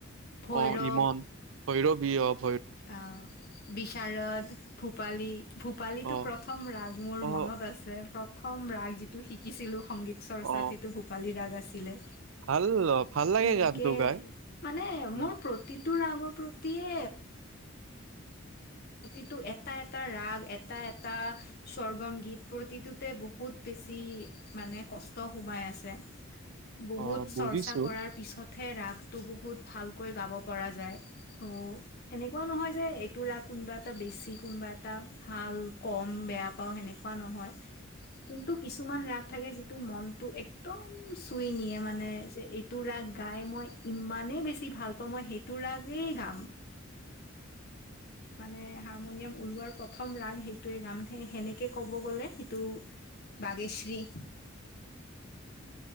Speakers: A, on the left (about 50°); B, on the right (about 70°).
A: ভৈৰৱ
B: অ ইমন শৈৰৱ বিয়
A: আহ বিশচাৰদ ভূপালী ভূপালীটো
B: অ
A: প্ৰথম ৰাগ মোৰ
B: অ
A: মনত আছে প্ৰথম ৰাগ যিটো শিকিছিলো সংগীত চৰ্চাত
B: অ
A: সেইটো ভূপালী ৰাগ আছিলে
B: ভাল ভাল লাগে
A: এনেকে
B: গানটো গাই
A: মানে
B: উম
A: মোৰ প্ৰতি তটো আগৰ প্ৰতিয়ে প্ৰতিটো এটা এটা ৰাগ এটা এটা স্বৰ্গম গীত প্ৰতিটোতে বহুতে বেছি মানে কষ্ট সোমাই আছে বহুত
B: অ বুজিছো
A: চৰ্চা কৰাৰ পিছত থে ৰাগটো বহুত ভালকৈ গাব পৰা যায় অ এনেকুৱা নহয় যে এইটো ৰাগ কোনোবা এটা বেছি কোনোবা এটা ভাল কম বেয়া পাওঁ সেনেকুৱা নহয় কিন্তু কিছুমান ৰাগ থাকে যিটো মনতটো এক্দম চুই নিয়ে মানে যে এইটো ৰাগ গাই মই ইমানেই বেছি ভাল পাওঁ মই সেইটো ৰাগেই গাম মানে হাৰমনিয়াম ওলোৱাৰ প্ৰথম ৰাগ সেইটোৱে গামে সেনেকে ক'ব গ'লে সেইটো বাগেশ্বী
B: <inaudible>